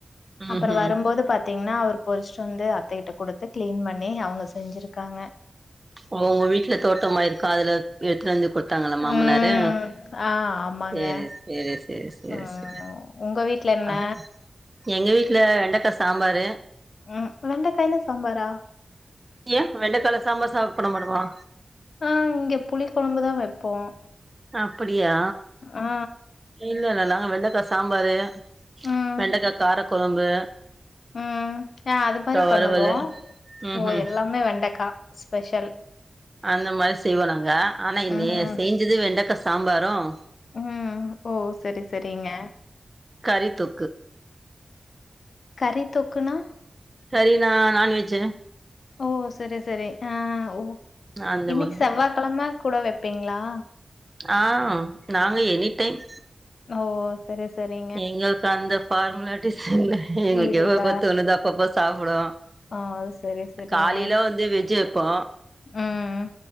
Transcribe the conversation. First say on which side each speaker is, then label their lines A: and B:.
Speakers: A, on the right; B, on the left.
A: ம்ஹும்
B: அப்பறோ வரும்போது பாத்தீங்கனா அவரு பொறுச்சிட்டு வந்து அத்தைகிட்ட கொடுத்து க்ளீன் பண்ணி அவுங்க செஞ்சுருக்காங்க
A: உங்க வீட்ல தோட்டமா இருக்கா அதுல எடுத்துட்டு வந்து குடுத்தாங்களா மாமனாரு
B: ம் ஆ ஆமாங்க
A: செரி சேர் சேர் சேர்
B: ம்
A: சேர்
B: உங்க வீட்ல என்ன
A: அத எங்க வீட்ல வெண்டக்கா சாம்பாரு
B: ம் வெண்டக்காயில சாம்பாரா
A: ஏன் வெண்டக்கால சாம்பார் சாப்ட மாட்டோமா
B: ஆ இங்க புளி குழம்புதான் வைப்போம்
A: அப்டியா
B: ஆ
A: இல்ல இல்ல நாங்க வெண்டைக்காய் சாம்பாரு
B: ம்
A: வெண்டைக்காய் காரக்குழம்பு
B: ம் ஏ அது மாரி பண்ணுவோம்
A: வறுவலு ம்ஹும்
B: ஓ எல்லாமே வெண்டைக்கா ஸ்பெஷல்
A: அந்த மாரி செய்வோம் நாங்க ஆனா
B: ம்
A: நே செஞ்சது வெண்டக்க சாம்பாரும்
B: ம் ஓ சரி சரிங்க
A: கறி தொக்கு
B: கறி தொக்குனா
A: கறினா நான்வெஜ்
B: ஓ சரி சரி ஆ ஓ
A: அந்த
B: இன்னிக்கு
A: மாதிரி
B: செவ்வாய்கிழமை கூட வைப்பீங்களா
A: ஆ நாங்க எனி டைம்
B: ஓ சரி சரி
A: எங்களுக்கு அந்த ஃபார்முலாட்டிஸ் இல்ல எங்களுக்கு
B: இல்ல.
A: எப்பப்ப ஒணுதோ அப்பப்ப சாப்புடுவோ
B: ஆ சரி சரிங்க
A: காலையில வந்து வெஜ் வெப்போ
B: ம்